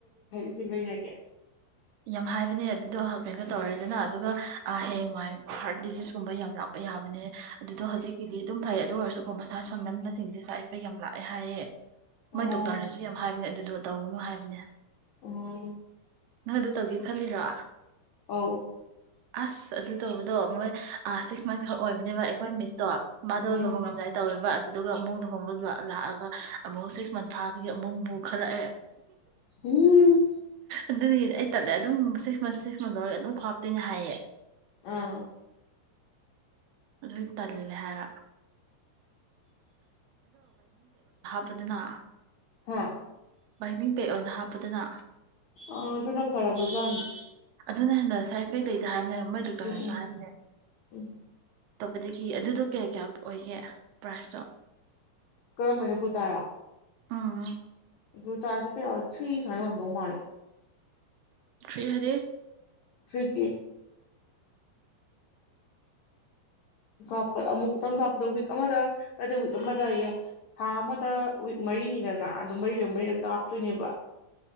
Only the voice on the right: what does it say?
ꯌꯥꯝ ꯍꯥꯏꯕꯅꯦ ꯑꯗꯨꯗꯣ ꯀꯩꯅꯣ ꯇꯧꯔꯦꯗꯅ ꯑꯗꯨꯒ ꯑꯦ ꯃꯥꯏ ꯍꯔꯠ ꯗꯤꯖꯖ ꯁꯨꯝꯕ ꯌꯥꯝ ꯂꯥꯛꯄ ꯌꯥꯕꯅꯦ ꯑꯗꯨꯗꯣ ꯍꯧꯖꯤꯛꯀꯤꯗꯤ ꯑꯗꯨꯝ ꯐꯩ ꯑꯗꯨ ꯑꯣꯏꯔꯁꯨꯀꯣ ꯃꯁꯥ ꯁꯣꯟꯍꯟꯕꯁꯤꯡꯁꯦ ꯁꯥꯏꯠ ꯏꯐꯦꯛ ꯌꯥꯝꯅ ꯂꯥꯛꯑꯦ ꯍꯥꯏꯌꯦ
ꯃꯣꯏ ꯗꯣꯛꯇꯔꯅꯁꯨ ꯌꯥꯝ ꯍꯥꯏꯕꯅꯦ ꯑꯗꯨꯗꯣ ꯇꯧꯒꯅꯨ ꯍꯥꯏꯕꯅꯦ
ꯅꯪ ꯑꯗꯨ ꯇꯧꯒꯦ ꯈꯜꯂꯤꯔ
ꯑꯁ ꯑꯗꯨ ꯇꯧꯕꯗꯣ ꯃꯣꯏ ꯁꯤꯛꯁ ꯃꯟꯁ ꯈꯛ ꯑꯣꯏꯕꯅꯦꯕ ꯑꯩꯈꯣꯏ ꯃꯤꯁꯇꯣ ꯃꯥꯗꯣ
ꯂꯨꯍꯣꯡꯉꯝꯗꯥꯏ ꯇꯧꯋꯦꯕ ꯑꯗꯨꯒ ꯑꯃ ꯍꯣꯡ ꯂꯥꯛꯑꯒ ꯑꯃꯨꯛ ꯁꯤꯛꯁ ꯃꯟ ꯐꯥꯕꯒꯤ ꯑꯃꯨꯛꯕꯨ ꯈꯜꯂꯛꯑꯦ
ꯑꯗꯨꯗꯤ ꯑꯩ ꯇꯠꯂꯦ ꯑꯗꯨꯝ ꯁꯤꯛꯁ ꯃꯟꯁ ꯁꯤꯛꯁ ꯃꯟ ꯂꯧꯔꯒ ꯑꯗꯨꯝ ꯇꯅ ꯍꯥꯏꯌꯦ
ꯑꯗꯨꯝ ꯇꯜꯂꯦ ꯍꯥꯏꯔ ꯑꯗꯨꯅ
ꯃꯅꯤꯡ ꯀꯩꯅ ꯍꯥꯞ ꯑꯗꯨꯗꯨꯅ
ꯑꯗꯨꯅ ꯍꯟꯅ ꯁ ꯍꯥꯏꯐ ꯂꯩꯇꯦ ꯍꯥꯏꯕꯅꯦ ꯃꯣꯏ ꯗꯣꯛꯇꯔꯅꯁꯨ
ꯍꯥꯏꯕꯅꯦ
ꯑꯇꯣꯞꯄꯗꯒꯤ ꯑꯗꯨꯗ ꯀꯩ ꯀꯌꯥ ꯑꯣꯏꯒꯦ ꯄ꯭ꯔꯥꯏꯖꯇꯣ
ꯑꯥ
ꯊ꯭ꯔꯤ ꯍꯥꯏꯗꯤ